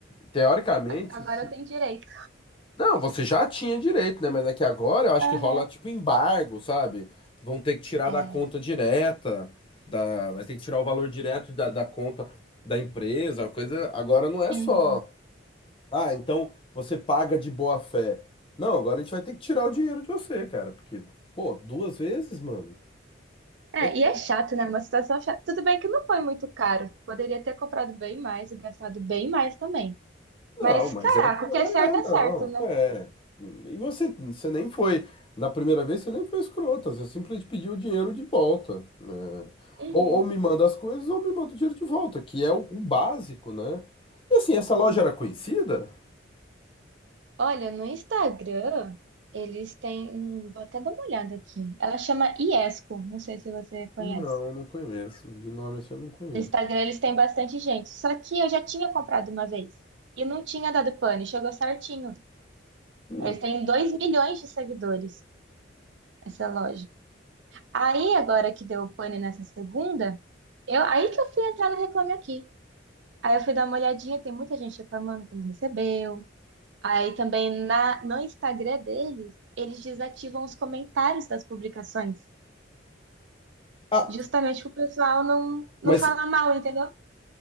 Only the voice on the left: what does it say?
teoricamente,
se
Não, você já tinha direito, né? Mas é que agora eu acho
que rola tipo embargo, sabe? Vão ter que tirar
da conta direta, da... vai ter que tirar o valor direto da, da conta da empresa. A coisa agora não é
só, ah, então você paga de boa fé. Não, agora a gente vai ter que tirar o dinheiro de você, cara, porque, pô, duas vezes, mano.
É que
Não,
mas
é, é,
não,
é. E você, você nem foi, na primeira vez você nem foi escrota, você simplesmente pediu o dinheiro de volta. né?
Ou, ou me manda as coisas ou me manda o dinheiro de volta, que é o, o básico, né? E assim, essa loja
era conhecida?
Não, não conheço. De nome assim eu não conheço.
Hum.
Ah,
mas,